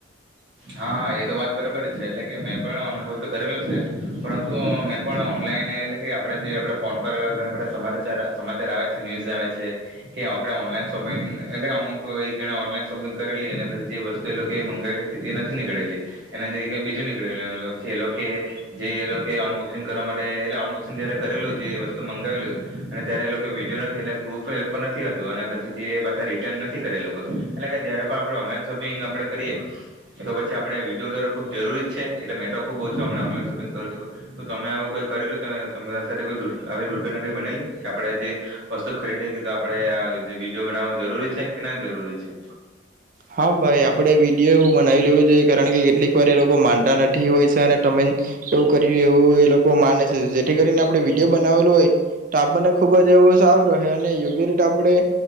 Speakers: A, on the right; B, on the right.
A: હા એ તો વાત બરાબર જ છે એટલે કે મેં પણ અનુભવ તો કરેલો છે. પરંતુ મેં પણ ઓનલાઈન એટલે કે આપણે જે આપણે ફોન પર ઘણા બધા સમાચાર સમાચાર આવે છે ન્યૂઝ આવે છે કે આપણે ઓનલાઈન શોપિંગ એટલે અમુક એક જણે ઓનલાઈન શોપિંગ કરેલી અને પછી જે વસ્તુ એ લોકો મંગાવેલી હતી. તે નથી નીકળેલી એના અંદર કઈ બીજું નીકળેલું પછી એ લોકો જે એ લોકો અનબોક્સિંગ કરવા માટે એટલે અનબોક્સિંગ જયારે કરેલું જે વસ્તુ મંગાવેલું અને ત્યારે એ લોકો વિડીયો નથી એટલે પ્રૂફ પણ નથીતું અને પછી તે પાછા રિટર્ન નથી કરે એ લોકો એટલે કે જયારે પણ આપણે ઓનલાઈન શોપિંગ આપણે કરીએ. એ તો પછી આપડણે વિડીયો ડર ખૂબ જરૂરી જ છે. એટલે મેટો ખુબ ઓછો હ ઓનલાઈન શોપિંગ કરું છું તો તમે આવું કોઈ કરેલું તમારી સાથે કોઈ આવી દુર્ઘટના કઈ બનેલી કે આપણે જે વસ્તુ ખરીદીએ તો આપડણે વિડીયો બનાવો જરૂરી છે કે નહી જરૂરી છે.
B: હા ભાઈ આપડે વિડીયો બનાવી લેવું જોઈએ કારણ કેટલીક એક વાર એ લોકો માનતા નથી હોય છે અને તમે એવું કર્યું એવું એ લોકો માને છે. જેથી કરીને આપડે વિડીયો બનાવેલું હોય તો આપણને ખુબ જ એવું સારું રહે અને યોગ્ય રીતે આપણે